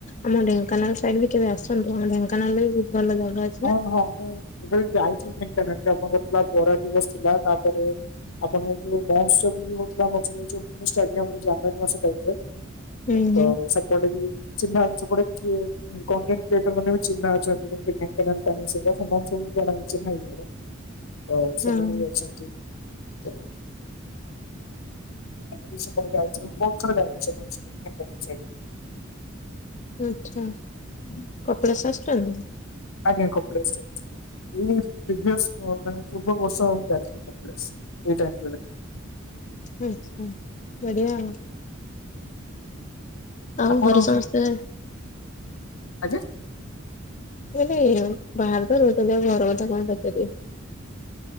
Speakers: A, on the left; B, on the left.
A: ଆମ ଢେଙ୍କାନାଳ ସାଇଡ୍ ବି କେବେ ଆସନ୍ତୁ। ଆମ ଢେଙ୍କାନାଳରେ ବି ବହୁତ ଭଲ ଜାଗା ଅ
B: ହଁ, ହଁ ମୁଁ ଏବେ ଯାଇଥିଲି ଢେଙ୍କାନାଳ ଆପଣଙ୍କର ଥିଲା ବରା ଦିବସ ଥିଲା, ତାପରେ ଆପଣଙ୍କ ଯୋଉ ମହୋତ୍ସବ ବି ହଉଥିଲା ମଝିରେ ଏଇ ଯୋଉ ମିନି ଷ୍ଟାଡିୟମ୍ ରେ ଜାନୁଆରୀ ମାସ ଟାଇମ୍ ର।
A: ହୁଁ ହୁଁ
B: ତ ସେପଟେ ବି ଚିହ୍ନା ସେପଟେ କିଏ କଣ୍ଟେଣ୍ଟ କ୍ରିଏଟର୍ ମାନେ ବି ଚିହ୍ନା ଅଛନ୍ତି। ଯେମତି <inaudible> କେନାଲ୍ ଟାଇମ୍ <unintelligible> ସେମାନ ସବୁ ଜଣା ବି ଚିହ୍ନା ବି ମୋର। ଓ
A: ହଁ
B: ସେମାନେ ବି ଅଛନ୍ତି। ତ ଏ ମୁଁ ବି ସେପଟେ ଯାଇଛି ମୁଁ ବହୁତ ଥର ଯାଇଛି ଯେକୌଣସି <inaudible>
A: ଆଚ୍ଛା, କପିଳାସ ଆସିଛନ୍ତି?
B: ଆଜ୍ଞା କପିଳାସ ଯାଇଥିଲି। ଏଇ ପ୍ରିଭିଏସ୍‌ ମୋ ମାନେ ପୂର୍ବ ବର୍ଷ ମୁଁ ଯାଇଥିଲି। କପିଳାସ ଏଇ ଟାଇମ୍ ରେ ଯାଇଥିଲି।
A: ଆଛା ବଢ଼ିଆ ଆଉ ଆଉ
B: ଆପଣ
A: ଘରେ ସମସ୍ତେ
B: ଆଯା।
A: ଏ ବାହାରେ ତ ରହୁଛନ୍ତି ଆଉ ଘର କଥା କଣ ପଚାରିବି।